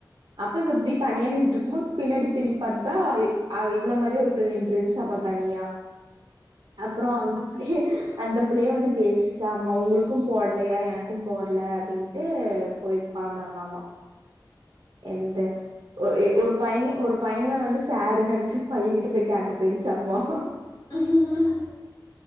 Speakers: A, on the right (about 75°); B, on the left (about 45°).
A: அப்ப இப்படி தனியா நின்டுருக்கும் போது பின்னாடி திரும்பி பாத்தா இ அ இவள மாறியே ஒரு பிள்ள நின்னுட்ருந்ச்சாமா தனியா அப்புறோ அந்த புள்ளிய அந்த பிள்ளையே வந்து பேசுசாம்மா உங்களுக்கு போடலையா எனக்கு போட்ல அப்படின்ட்டு போய் உட்காந்தாங்களாமா எந்த ஒ ஒரு பையன ஒரு பையன வந்து சருனு நினைச்சு பையகிட்ட போய் கேட்க போயிச்சாமா <unintelligible>
B: உகு உகு உகு